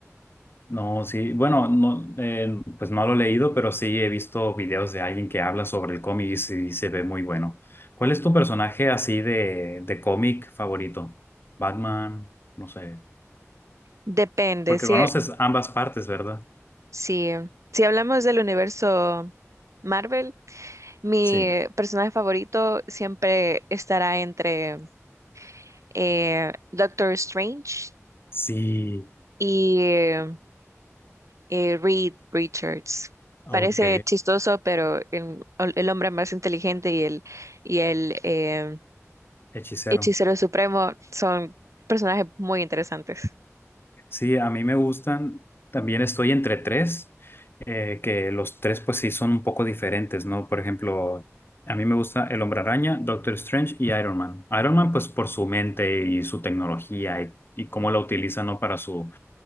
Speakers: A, on the left; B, on the right.
A: No, sí, bueno, no, eh, pues no lo he leído, pero sí he visto videos de alguien que habla sobre el cómic y sí se ve muy bueno. ¿Cuál es tu personaje así de, de cómic favorito? Batman, no sé,
B: depende.
A: porque
B: Si,
A: conoces ambas partes, ¿verdad?
B: si, si hablamos del universo Marvel, mi
A: Sí,
B: personaje favorito siempre estará entre eh, Doctor Strange
A: sí,
B: y eh, Reed Richards.
A: ok,
B: Parece chistoso, pero el, el hombre más inteligente y el, y el eh,
A: hechicero.
B: hechicero supremo son personajes muy interesantes.
A: Sí, a mí me gustan. También estoy entre tres, eh, que los tres pues sí son un poco diferentes, ¿no? Por ejemplo, a mí me gusta El Hombre Araña, Doctor Strange y Iron Man. Iron Man pues por su mente y su tecnología y, y cómo la utiliza, ¿no? Para su,